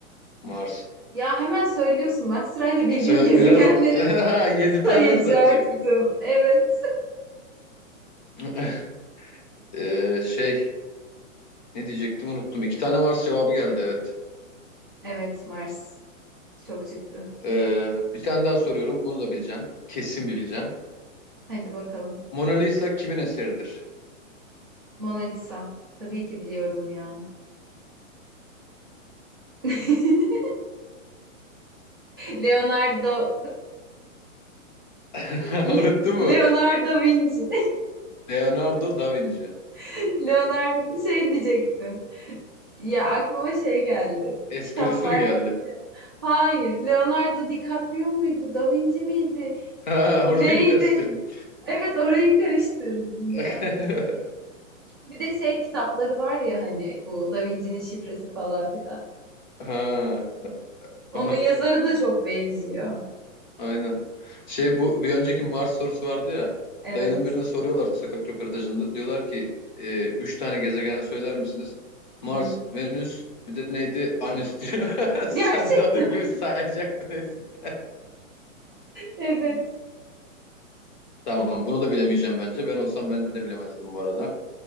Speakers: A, on the left; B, on the right.
A: Mars.
B: Ya hemen söylüyorsun ben sırayla bildiğim
A: Sö-
B: <laughs> gezegenleri
A: Biraz <laughs> yedi
B: sayacaktım.
A: tane mi sayacaktın?
B: Evet.
A: <laughs> Ee, şey ne diyecektim unuttum. İki tane Mars cevabı geldi evet.
B: Evet Mars çok çıktı.
A: Ee, bir tane daha soruyorum bunu da bileceksin. Kesin bileceksin.
B: Hadi bakalım.
A: Mona Lisa kimin eseridir?
B: Mona Lisa. Tabii ki biliyorum ya. <laughs> Leonardo
A: <laughs>
B: Le-
A: Unuttun
B: Leonardo
A: mu?
B: da Vinci.
A: Leonardo da Vinci.
B: <laughs> Leonardo şey diyecektim. Ya aklıma şey geldi.
A: Esprisi
B: Kitap vardı
A: mi geldi?
B: ya.
A: <laughs>
B: Hayır, Leonardo DiCaprio muydu? Da Vinci miydi?
A: Ha,
B: Neydi?
A: orayı mı karıştırdın?
B: Evet, orayı karıştırdım
A: <laughs>
B: ya. Bir de şey kitapları var ya hani bu Da Vinci'nin şifresi falan filan.
A: Ha,
B: Onun
A: <laughs>
B: yazarı da çok benziyor.
A: aynen. Şey bu bir önceki Mars sorusu vardı ya.
B: Evet.
A: Dayının birine soruyorlar sokak röportajında. Diyorlar ki e, üç tane gezegen söyler misiniz? Mars,
B: Hı hı.
A: Venüs, bir de neydi? Anüs diyor.
B: Gerçekten.
A: <laughs> Sen de onun gibi
B: <laughs>
A: sayacaktın hepsini.
B: Evet.
A: Tamam, bunu da bilemeyeceğim bence. Ben olsam ben de bilemezdim bu arada.